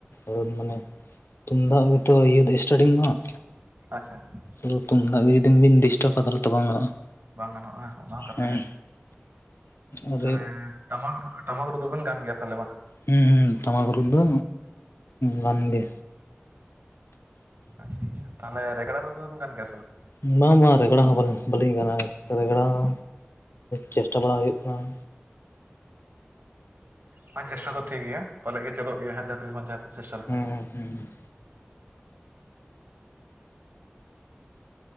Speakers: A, on the left; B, on the right.
A: ᱦᱩᱸ ᱢᱟᱱᱮ ᱨᱩ ᱛᱩᱢᱫᱟᱜ ᱜᱮᱛᱚ ᱤᱭᱟᱹ ᱥᱴᱟᱨᱴᱤᱝ ᱫᱚ ᱦᱟᱸᱜ᱾
B: ᱟᱪᱪᱷᱟ ᱟᱪᱪᱷᱟ᱾‌
A: ᱟᱫᱚ ᱛᱩᱢᱫᱟᱜ ᱜᱮ ᱡᱩᱫᱤ ᱵᱤᱱ ᱰᱤᱥᱴᱟᱵᱟ ᱛᱟᱦᱞᱮ ᱛᱚ ᱵᱟᱝ ᱜᱟᱱᱚᱜᱼᱟ᱾
B: ᱵᱟᱝ ᱜᱟᱱᱚᱜᱼᱟ ᱚᱱᱟ ᱦᱚᱸ ᱠᱟᱛᱷᱟ
A: ᱦᱮᱸ
B: ᱜᱮ᱾
A: ᱟᱫᱚ
B: ᱛᱷᱟᱨᱮ ᱴᱟᱢᱟᱠ ᱨᱩᱼᱼ ᱴᱟᱢᱟᱠ ᱨᱩ ᱫᱚᱵᱤᱱ ᱜᱟᱱ ᱜᱮᱭᱟ ᱛᱟᱦᱞᱮ ᱵᱟᱝ?
A: ᱦᱩᱸ ᱦᱩᱸ ᱴᱟᱢᱟᱠ ᱨᱩ ᱫᱚ ᱜᱟᱱ ᱜᱮ᱾
B: ᱟᱪᱪᱷᱟ ᱟᱪᱪᱷᱟ, ᱛᱟᱦᱞᱮ ᱨᱮᱜᱽᱲᱟ ᱨᱩ ᱫᱚᱵᱤᱱ ᱜᱟᱱ ᱜᱮᱭᱟ ᱥᱮ ᱵᱟᱝ?
A: ᱚᱱᱟ ᱦᱚᱸ ᱵᱟᱝ ᱵᱟᱝ ᱨᱮᱜᱽᱲᱟ ᱦᱚᱸ ᱵᱟᱞᱤᱧ ᱵᱟᱞᱤᱧ ᱜᱟᱱᱟ ᱨᱮᱜᱽᱲᱟ ᱦᱚᱼᱼ ᱪᱮᱥᱴᱟ ᱵᱟᱲᱟ ᱦᱩᱭᱩᱜ ᱠᱟᱱᱟ᱾
B: ᱵᱟᱝ
A: ᱨᱮᱜᱽᱲᱟ
B: ᱪᱮᱥᱴᱟ
A: ᱦᱚᱸ
B: ᱫᱚ ᱴᱷᱤᱠ ᱜᱮᱭᱟ᱾ ᱯᱟᱞᱮᱜ ᱜᱮ ᱪᱮᱫᱚᱜ ᱜᱮᱭᱟ ᱡᱟᱦᱟᱸ ᱛᱤᱥ ᱵᱟᱝ ᱡᱟᱦᱟᱸ ᱛᱤᱥ ᱪᱮᱥᱴᱟ ᱞᱮᱠᱷᱟᱱ
A: ᱦᱩᱸ
B: ᱦᱟᱸᱜ᱾
A: ᱦᱩᱸ